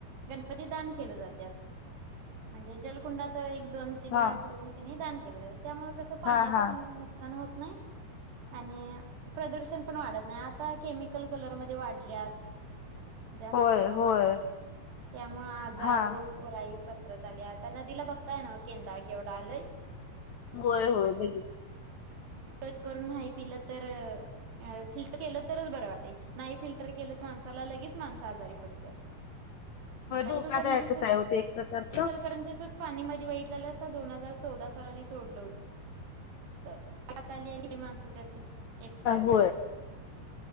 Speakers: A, on the right; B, on the left.
A: गणपती दान केलं जातेता म्हणजे जलकुंडात एक दोन तीन
B: हा
A: वेळा नी दान केलं जात त्यामुळे कसं पाण्याच
B: हा हा
A: पण नुकसान होत नाही. आणि प्रदूषण पण वाढत नाही आता केमिकल कलरमध्ये वाढल्यात. जास्त
B: होय
A: प्रमाणात
B: होय
A: त्यामुळे आजार
B: हा
A: रोग राई. पसरत आली आता नदीला बघताय ना केंदा केवढा आलय.
B: होय होय बगतले.
A: सच करून नाही पिलं तर फिल्टर केलं तरच बर वाटते नाही. नाही फिल्टर केलं तर माणसाला लगेच माणस आजारी पडतात. आता
B: धोकादायकच
A: येईल इचलकरंजी
B: आहे हो ते एक प्रकारचा
A: इचलकरंजी चे पाणीमध्ये वाईटला अस दोन हजार चौदा साली सोडलं होत. सात आली ती माणसं एक्सपायर झाली.
B: होय